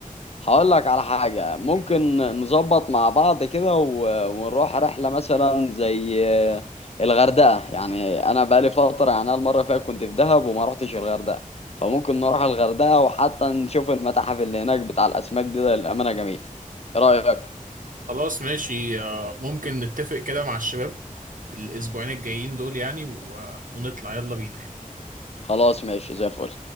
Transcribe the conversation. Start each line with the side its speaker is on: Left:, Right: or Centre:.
Left: هقول لك على حاجة ممكن نظبط مع بعض كده و- ونروح رحلة مثلا زي الغردقة يعني أنا بقالي فترة يعني أنا المرة اللي فاتت كنت في دهب وما رحتش الغردقة فممكن نروح الغردقة وحتى نشوف المتاحف اللي هناك بتاع الأسماك دي ده للأمانة جميل إيه رأيك؟
Right: خلاص ماشي آه، ممكن نتفق كده مع الشباب الاسبوعين الجايين دول يعني و- ونطلع يلا بينا يعني
Left: خلاص ماشي زي الفل